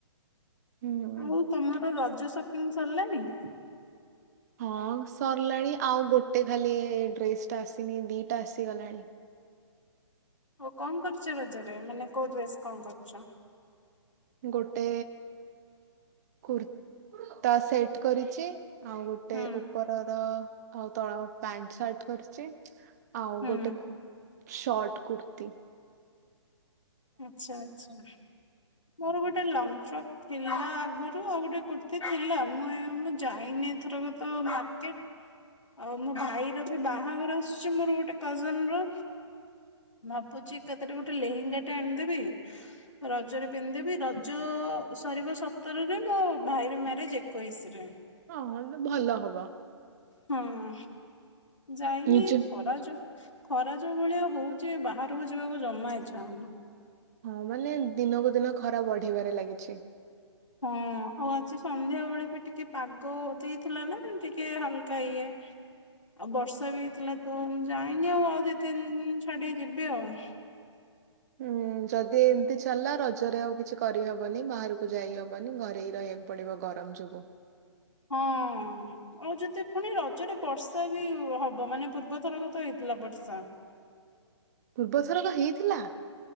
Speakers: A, on the right; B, on the left.
A: ହୁଁ।
B: ଆଉ ତମର ରଜ ସପିଂ ସରିଲାଣିି?
A: ହଁ ସରିଲାଣି ଆଉ ଗୋଟେ ଖାଲି ଡ୍ରେସ ଟା ଆସିନି ଦିଟା ଆସିଗଲାଣି।
B: ଓଉ କଣ କରୁଛ ରଜ ରେ ମାନେ କୋଉ ଡ୍ରେସ୍ କଣ କରୁଛ?
A: ଗୋଟେ କୁର୍ତା ସେଟ କରିଛି ଆଉ ଗୋଟେ
B: ହୁଁ
A: ଉପରର ଆଉ ତଳ ପ୍ୟାଣ୍ଟ ସାର୍ଟ କରିଚି ।ଆଉ
B: ହୁଁ
A: ଗୋଟେ ସଟ୍ କୁର୍ତି ।
B: ଆଛା ଆଛା। ମୋର ଗୋଟେ ଲଙ୍ଗ ଫ୍ରକ୍ ଥିଲା ଆଗରୁ ଆଉ ଗୋଟେ କୁର୍ତି ଥିଲା ମୁଁ ମୁଁ ଯାଇନି ଏଥରକ ତ ମାର୍କେଟ୍, ଆଉ ମୋ ଭାଇ ର ବି ବାହଘର ଆସୁଛି ମୋର ଗୋଟେ କଜନ ର ଭାବୁ ଚି କେତୋଟି ଗୋଟେ ଲେହେଙ୍ଗା ଟେ ଆଣିଦେବି ରଜରେ ପିନ୍ଧିଦେବି ରଜ ସରିବ ସତରରେ ମୋ ଭାଇର ମ୍ୟାରେଜ ଏକୋଇଶି ରେ ।
A: ହଁ ଭଲ ହବ
B: ହଁ ଯାଇନି
A: ନିଜ
B: ଖରା ଯୋଉ ଖରା ଯୋଉ ଭଳିଆ ହଉଛି ବାହାରକୁ ଯିବାକୁ ଜମା ଇଛା ହଉନି।
A: ହଁ ମାନେ ଦିନକୁ ଦିନ ଖରା ବଢିବାରେ ଲାଗିଛି।
B: ହଁ ଆଉ ଆଜି ସନ୍ଧ୍ୟା ବେଳେ ବି ଟିକେ ପାଗ ଦେଇଥିଲା ନା ଟିକେ ହାଲକା ଇଏ ଆଉ ବର୍ଷା ବି ହେଇ ଥିଲା ତ ମୁ ଯା ଯାଇନି ଆଉ ଆଉ ଦି ତିନ ଦିନ ଛାଡିକି ଯିବି ଆଉ।
A: ହୁଁ ଯଦି ଏମତି ଚାଲିଲା ରଜରେ ଆଉ କିଛି କରିହବନି ବାହାରକୁ ଯାଇହବନି ଘରେ ରହିବାକୁ ପଡିବ ଗରମ ଯୋଗୁ ।
B: ହଁ ଆଉ ଯଦି ପୁଣି ରଜରେ ବର୍ଷା ବି ହବ ମାନେ ପୂର୍ବଥରକ ତ ହେଇଥିଲା ବର୍ଷା।
A: ପୂର୍ବଥର କ ହେଇଥିଲା